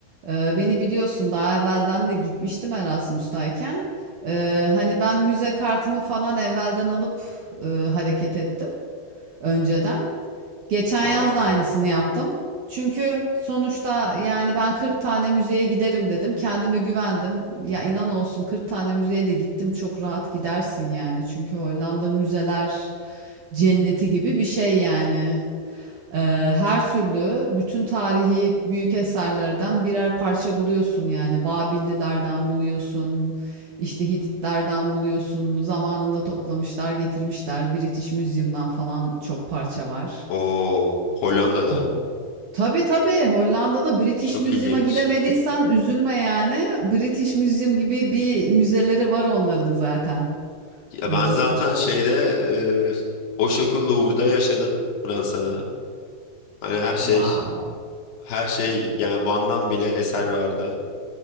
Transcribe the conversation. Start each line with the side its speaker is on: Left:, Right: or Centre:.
Right: Ee, beni biliyorsun daha evvelden de gitmiştim Erasmus'tayken. Ee, hani ben müze kartımı falan evvelden alıp e, hareket ettim önceden. Geçen
Left: Aa,
Right: yaz da aynısını yaptım. Çünkü sonuçta yani ben 40 tane müzeye giderim dedim. Kendime güvendim. Ya inan olsun 40 tane müzeye de gittim. Çok rahat gidersin yani. Çünkü Hollanda müzeler cenneti gibi bir şey yani. Ee, her türlü bütün tarihi büyük eserlerden birer parça buluyorsun yani. Babillilerden buluyorsun. İşte Hititlerden buluyorsun. Zamanında toplamışlar, getirmişler. British Museum'dan falan çok parça var.
Left: o Hollanda'da.
Right: Tabii. Tabii tabii Hollanda'da British
Left: Çok
Right: Museum'a
Left: ilginç.
Right: gidemediysen üzülme yani. British Museum gibi bir müzeleri var onların zaten.
Left: Ya
Right: Öyle
Left: ben zaten
Right: söyleyeyim.
Left: şeyde eee o şoku Louvre'da yaşadım Fransa'da. Hani her şey
Right: Wow.
Left: her şey yani Van'dan bile eser vardı.